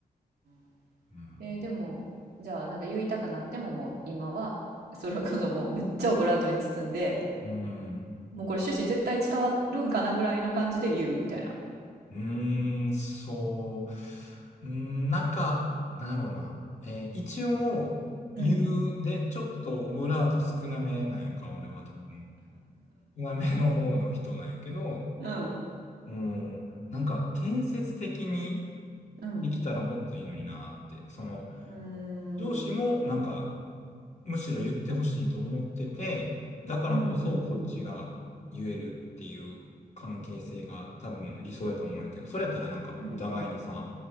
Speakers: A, on the right; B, on the left.
A: あ。
B: うん。
A: えーでも、じゃあなんか言いたくなってももう今は、それこそもうめっちゃオブラートに包んで、
B: うん。
A: もうこれ趣旨絶対伝わるんかなぐらいの感じで言うみたいな。
B: うーん、そう。うん、なんか、なんだろうな。えー一応、言う、
A: うん。
B: で、ちょっとオブラート少なめなんやんか、俺は多分。南の方の人なんやけど、
A: うん。
B: うん、なんか建設的に
A: うん。
B: できたらもっといいのになーって、その
A: うー
B: 上司もなんか
A: ん。
B: むしろ言ってほしいと思ってて、だからこそこっちが言えるっていう関係性が多分理想やと思うんやけど、
A: うんうんうん。
B: それやったらなんかお互いにさ、
A: うんうん